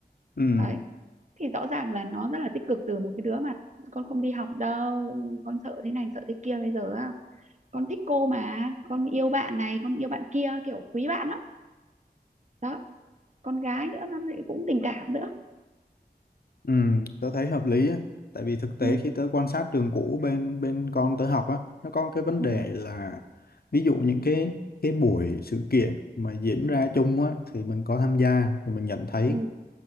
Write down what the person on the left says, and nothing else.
Ừ.
Ừ, tớ thấy hợp lý á, tại vì thực tế
khi tớ quan sát trường cũ bên bên con tớ học á, nó có cái vấn
đề là ví dụ những cái cái buổi sự kiện mà diễn ra chung á thì mình có tham gia thì mình nhận thấy